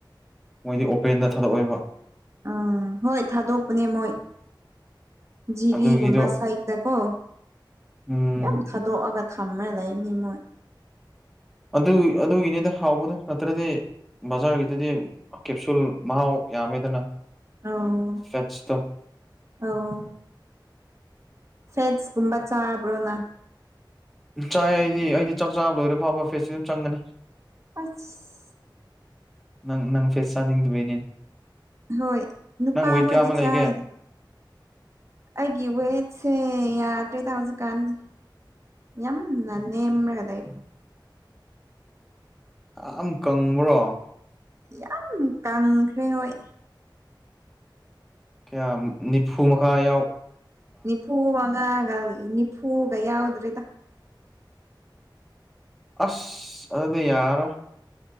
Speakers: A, in the centre; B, on the right.
A: ꯃꯣꯏꯗꯤ ꯑꯣꯄꯦꯟꯗ ꯊꯥꯗꯣꯛꯑꯦꯕ꯫
B: ꯎꯝ ꯍꯣꯏ ꯊꯥꯗꯣꯛꯄꯅꯦ ꯃꯣꯏ꯫ ꯖꯤꯔꯤꯒꯨꯝꯕ
A: ꯑꯗꯨꯒꯤꯗꯣ
B: ꯁꯥꯏꯇꯗꯀꯣ
A: ꯎꯝ
B: ꯌꯥꯝ ꯊꯥꯗꯣꯛꯑꯒ ꯊꯝꯃ ꯂꯩꯃꯅꯤ ꯃꯣꯏ꯫
A: ꯑꯗꯨ ꯑꯗꯨꯒꯤꯅꯤꯗ ꯍꯥꯎꯕꯗꯣ ꯅꯠꯇ꯭ꯔꯗꯤ ꯕꯖꯥꯔꯒꯤꯗꯨꯗꯤ ꯀꯦꯞꯁꯨꯜ ꯃꯍꯥꯎ ꯌꯥꯝꯃꯦꯗꯅ
B: ꯑꯧ
A: ꯐꯦꯠꯁꯇꯣ꯫
B: ꯑꯧ ꯐꯦꯠꯁꯀꯨꯝꯕ ꯆꯥꯕ꯭ꯔꯣ ꯅꯪ?
A: ꯆꯥꯏ ꯑꯩꯗꯤ ꯑꯩꯗꯤ ꯆꯥꯛ ꯆꯥꯕ ꯂꯣꯏꯔ ꯐꯥꯎꯕ ꯐꯦꯠꯁꯇꯤ ꯑꯗꯨꯝ ꯆꯪꯒꯅꯤ꯫
B: ꯑꯁ!
A: ꯅꯪ ꯅꯪ ꯐꯦꯠꯁ ꯆꯥꯅꯤꯡꯗꯕꯩꯅꯤ꯫
B: ꯍꯣꯏ ꯅꯨꯄꯥ
A: ꯅꯪ ꯋꯦꯠ
B: ꯍꯣꯏꯗꯤ
A: ꯀꯌꯥ ꯑꯃ ꯂꯩꯒꯦ
B: ꯆꯥꯏ꯫ ꯑꯩꯒꯤ ꯋꯦꯠꯁꯦ ꯌꯥꯗ꯭ꯔꯦꯗ ꯍꯧꯖꯤꯛꯀꯥꯟꯗꯤ꯫ ꯌꯥꯝꯅ ꯅꯦꯝꯔꯒ ꯂꯩ꯫
A: ꯌꯥꯝ ꯀꯪꯕ꯭ꯔꯣ?
B: ꯌꯥꯝ ꯀꯪꯈ꯭ꯔꯦ ꯍꯣꯏ꯫
A: ꯀꯌꯥꯝ ꯅꯤꯐꯨ ꯃꯈꯥ ꯌꯧ
B: ꯅꯤꯐꯨ ꯃꯉꯥꯒ ꯅꯤꯐꯨꯒ ꯌꯥꯎꯗ꯭ꯔꯦꯗ꯫
A: ꯑꯁ! ꯑꯗꯨꯗꯤ ꯌꯥꯔꯔꯣꯏ꯫